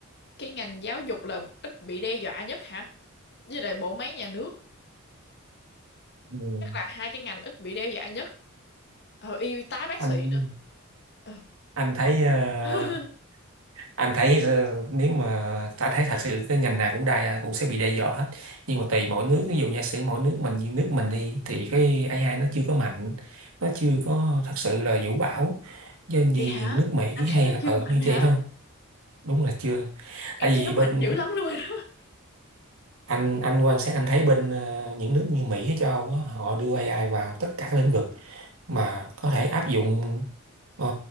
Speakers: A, on the left; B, on the right.
A: cái ngành giáo dục là ít bị đe dọa nhất hả? Với lại bộ máy nhà nước,
B: Ừ.
A: chắc là hai cái ngành ít bị đe dọa nhất. Ờ, y tá bác
B: anh
A: sĩ nữa. Ờ,
B: anh thấy
A: còn-
B: ờ,
A: <laughs>
B: anh thấy ờ, nếu mà ta thấy thật sự cái ngành nào cũng đa cũng sẽ bị đe dọa hết nhưng mà tùy mỗi nước ví dụ giả sử mỗi nước mình như nước mình đi thì cái AI nó chưa có mạnh nó chưa có thật sự là vũ bão do như
A: Vậy
B: những
A: hả?
B: nước Mỹ
A: Anh thấy
B: hay
A: nó
B: là
A: chưa
B: ở
A: mạnh
B: như
A: hả?
B: vậy thôi đúng là chưa
A: Em
B: tại vì
A: thấy nó mạnh
B: bên
A: dữ lắm luôn rồi đó.
B: anh anh quan sát anh thấy bên ờ, những nước như Mỹ hay châu Âu á, họ đưa AI vào tất cả các lĩnh vực mà có thể áp dụng ờ,